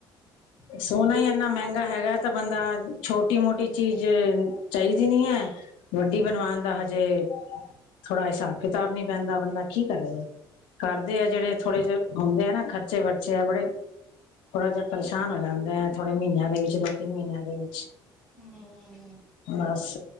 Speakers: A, in the centre; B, on the left (about 85°).
A: ਅਤੇ
B: ਸੋਨਾ
A: ਦੇਖ
B: ਹੀ ਇੰਨਾ
A: ਲੈਣਾ
B: ਮਹਿੰਗਾ
A: ਜਦ
B: ਹੈਗਾ
A: ਤੱਕ
B: ਤਾਂ ਬੰਦਾ ਛੋਟੀ ਮੋਟੀ ਚੀਜ਼ ਚਾਹੀਦੀ ਨੀ ਹੈ ਵੱਡੀ ਬਣਵਾਉਣ ਦਾ ਹਜੇ ਥੋੜਾ ਹਿਸਾਬ ਕਿਤਾਬ ਨਹੀਂ ਪੈਂਦਾ ਬੰਦਾ ਕੀ ਕਰੇ ਕਰਦੇ ਆ ਜਿਹੜੇ ਥੋੜੇ ਜਿਹੇ ਹੁੰਦੇ ਆ ਨਾ ਖਰਚੇ ਬਰਚੇ ਆ ਬੜੇ ਥੋੜਾ ਜਿਹਾ ਪਰੇਸ਼ਾਨ ਹੋ ਜਾਂਦੇ ਆ ਥੋੜੇ ਮਹੀਨਿਆਂ ਦੇ ਵਿੱਚ ਦੋ ਤਿੰਨ ਮਹੀਨਿਆਂ ਦੇ ਵਿੱਚ
A: ਹੂੰ
B: ਬਸ